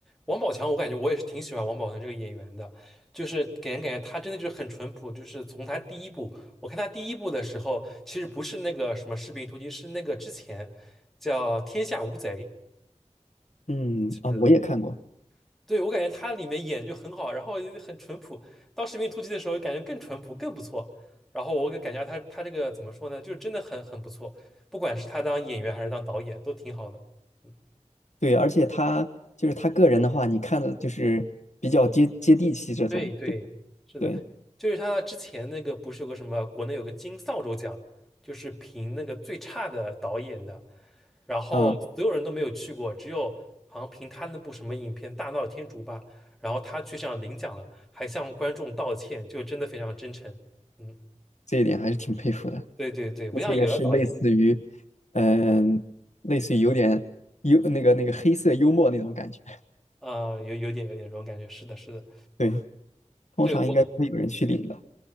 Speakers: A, in the centre; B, on the left.
A: 王宝强，我感觉我也是挺喜欢王宝强这个演员的，就是给人感觉他真的就是很淳朴，就是从他第一部，我看他第一部的时候，其实不是那个什么《士兵突击》，是那个之前叫《天下无贼》，
B: 嗯啊，
A: 不
B: 我也看过，
A: 对，我感觉他里面演就很好，然后也很淳朴。当《士兵突击》的时候，感觉更淳朴，更不错。然后我给感觉他他这个怎么说呢，就是真的很很不错，不管是他当演员还是当导演，都挺好的。嗯，
B: 对，而且他就是他个人的话，你看的就是比较接接地气这种，
A: 对对，
B: 对吧？
A: 是的，
B: 对。
A: 就是他之前那个不是有个什么国内有个金扫帚奖，就是评那个最差的导演的，然后所有人都没有去过，
B: 嗯，
A: 只有好像凭他那部什么影片《大闹天竺》吧，然后他去上领奖了，还向观众道歉，就真的非常真诚。嗯，
B: 这一点还是挺佩服的。
A: 对对对，不像有的导演，
B: 这个是类似于，嗯，类似于有点幽那个那个黑色幽默那种感觉。
A: 啊、有有点有点这种感觉。是的，是的，
B: 对，通常应该不会有人去领的。
A: 对我